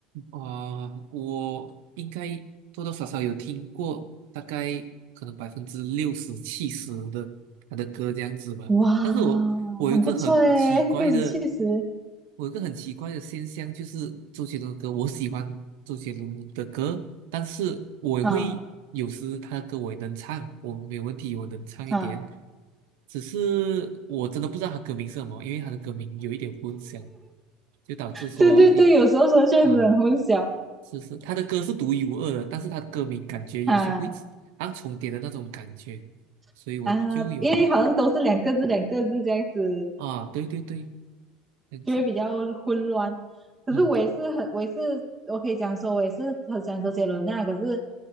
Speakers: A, on the right (about 80°); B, on the right (about 20°).
A: 啊，我应该多多少少有听过，大概可能百分之六十、七十的他的歌这样子吧。
B: 哇，
A: 但是我我有一个很奇怪的，
B: 很不错诶，六十七十，
A: 我有一个很奇怪的现象，就是周杰伦的歌，我喜欢周杰伦的歌，但是我也会有时他的歌我也能唱，
B: 啊
A: 我没有问题，我能唱一点。
B: 啊，
A: 只是我真的不知道他歌名是什么，因为他的歌名有一点混淆，就导致说一。
B: 对对对，有时候说确实很混淆
A: 啊、是是，他的歌是独一无二的，但是他的歌名感觉有时候会好重叠的那种感觉，
B: 啊 <laughs>
A: 所以我就有
B: 啊，因为好像都是两个字两个字这样子
A: 啊，对对对，这样子
B: 就会比较混乱。可是我也是很，
A: 嗯
B: 我也是，我可以讲说，我也是很喜欢周杰伦啊。可是